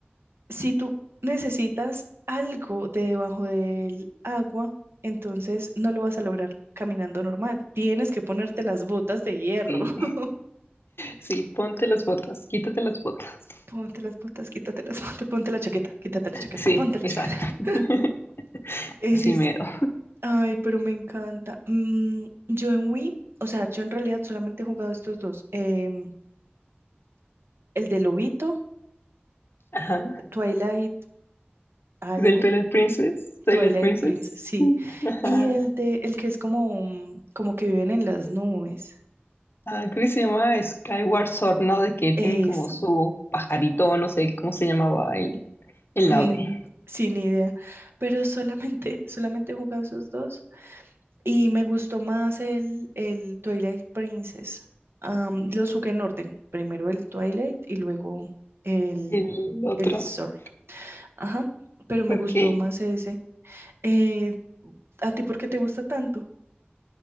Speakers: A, on the right (about 70°); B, on the left (about 70°).
A: Si tú necesitas algo de debajo del agua, entonces no lo vas a lograr caminando normal. Tienes que ponerte las botas de hierro.
B: Sí,
A: <laughs>
B: sí, ponte las botas, quítate las botas.
A: Ponte las botas, quítate las botas, ponte la chaqueta, quítate la chaqueta,
B: Sí,
A: ponte la
B: exacto.
A: chaqueta. <laughs>
B: <laughs>
A: Es,
B: Así mero.
A: ay, pero me encanta. Mm, yo en Wii, o sea, yo en realidad solamente he jugado estos dos. Em, el de Lobito,
B: Ajá.
A: Twilight algo,
B: Del Twilight Princess, Twilight
A: Twilight
B: Princess.
A: Princess, sí.
B: Ajá.
A: Y el de, el que es como, un- como que viven en las nubes.
B: Ah, creo que se llama Skyward Sword, ¿no? De que tienen
A: Eso.
B: como su pajarito, no sé cómo se llamaba el, el
A: Mm,
B: ave,
A: sin idea, pero solamente, <laughs> solamente he jugado esos dos y me gustó más el, el Twilight Princess. Am, los jugué en orden, primero el Twilight y luego el,
B: el otro.
A: el Sword. Ajá, pero me
B: Ok,
A: gustó más ese. Eh, ¿a ti por qué te gusta tanto?